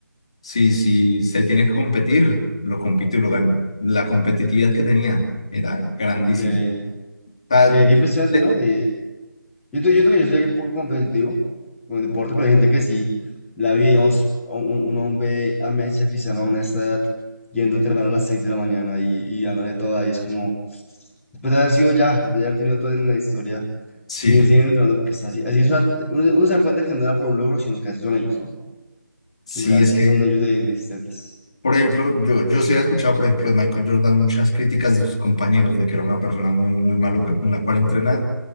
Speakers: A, on the left; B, in the centre.
A: si si se tiene que competir, lo compito y lo gano. La competitividad que tenía era grandísima.
B: ok, qué,
A: O sea,
B: qué impresionante,
A: le-
B: ¿no? Y Yo te- yo creo que yo soy alguien un poco competitivo con el deporte, pero hay gente que sí la vi, digamos, a un, un hombre a Messi, a Cristiano a una esta edad, yendo a entrenar a las 6 de la mañana y, y dándole toda, y es como, después de haber sido ya, después de haber tenido todo en la historia,
A: sí,
B: siguen, siguen entrenando porque está así. Así es una- uno, uno se da cuenta que no era por un logro, sino que así son ellos, ¿no?
A: sí,
B: Que en verdad
A: es
B: sí
A: que,
B: son ellos de de insistentes.
A: por ejemplo, yo, yo sí he escuchado, por ejemplo, de Michael Jordan muchas críticas de sus compañeros de que era una persona muy, muy maluca con la cual entrenar,